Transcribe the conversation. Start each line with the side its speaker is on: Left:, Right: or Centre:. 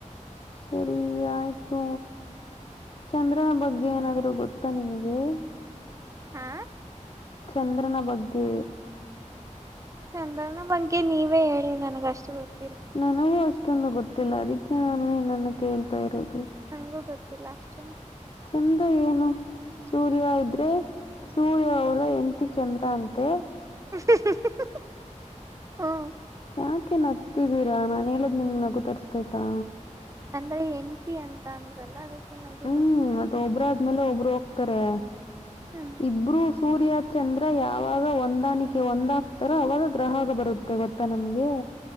Left: ಸರಿ ಆಯ್ತು. ಚಂದ್ರನ ಬಗ್ಗೆ ಏನಾದ್ರು ಗೊತ್ತಾ ನಿಮ್ಗೆ.
Right: ಹಾ.
Left: ಚಂದ್ರನ ಬಗ್ಗೆ.
Right: ಚಂದ್ರನ ಬಗ್ಗೆ ನೀವೇ ಹೇಳಿ ನನಗಷ್ಟು ಗೊತ್ತ.
Left: ನನಗೂ ಅಷ್ಟೊಂದು ಗೊತ್ತಿಲ್ಲ ಅದಕ್ಕೆ ನಾನು ನಿನ್ನನ್ನು ಕೇಳ್ತಾ ಇರೋದು.
Right: ನಂಗೂ ಗೊತ್ತಿಲ್ಲ ಅಷ್ಟ.
Left: ಚಂದ್ರ ಏನು ಸೂರ್ಯ ಇದ್ರೆ ಸೂರ್ಯ ಅವರ ಹೆಂಡ್ತಿ ಚಂದ್ರ ಅಂತೆ.
Right: ಹ್ಮ.
Left: ಯಾಕೆ ನಗ್ತಿದಿರಾ ನಾನು ಹೇಳೋದು ನಿಮಗೆ ನಗು ತರಿಸ್ತಾತೈತಾ.
Right: ಅಂದ್ರೆ ಹೆಂಡತಿ ಅಂದ್ರೆ ಅಲ್ವಾ ಅದಕ್ಕೆ. ನಗು
Left: ಹ್ಮ್
Right: ಬಂತು
Left: ಮತ್ತೆ ಒಬ್ರಾದ್ಮೇಲೆ ಒಬ್ರು ಹೋಗ್ತಾರೆ
Right: ಹ್ಮ್
Left: ಇಬ್ರು ಸೂರ್ಯ. ಚಂದ್ರ ಯಾವಾಗ ಹೊಂದಾಣಿಕೆ ಒಂದಾಗ್ತಾರೋ ಅವಾಗ ಗ್ರಹಗ ಬರುತ್ತೆ ಗೊತ್ತಾ ನಮ್ಗೆ. ಯಾ.